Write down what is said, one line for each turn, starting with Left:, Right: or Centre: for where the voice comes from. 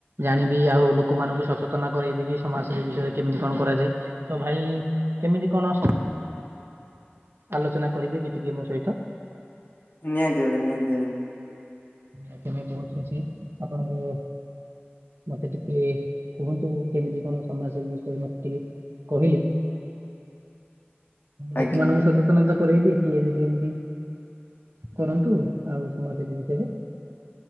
Right: ଜାଣିବି ଆଉ ଲୋକମାନଙ୍କୁ ସଚେତନ କରବି ସମାଜସେବି ବିଷୟରେ କେମିତି କଣ କରାଯାଏ ତ ଭାଇ-ଇ-ଇ କେମିତି କଣ ଆଲୋଚନା କରିବେ କି ଟିକେ ମୋ ସହିତ?
Left: ନିହାତି ଭାବେ ନିହାତି ଭାବେ।
Right: ଆମ ବହୁତ ଖୁସି ଆପଣଙ୍କୁ ମତେ ଟିକେ କୁହନ୍ତୁ କେମିତି କଣ ସମାଜ ସେବା ବିଷୟରେ ମତେ ଟିକେ କହିଲେ
Left: ଆଜ୍ଞା
Right: ଲୋକମାନଙ୍କୁ ସହିତ ସନତା କରେଇବି କି ଏମିତି ଏମିତି କରନ୍ତୁ ଆଉ ସମାଜ ବିଷୟରେ